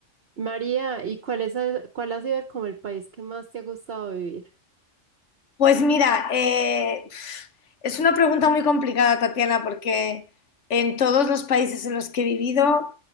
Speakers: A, on the right; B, on the left.
A: María, ¿y cuál es, el- cuál ha sido como el país que más te ha gustado vivir?
B: Pues mira, eh, es una pregunta muy complicada, Tatiana, porque en todos los países en los que he vivido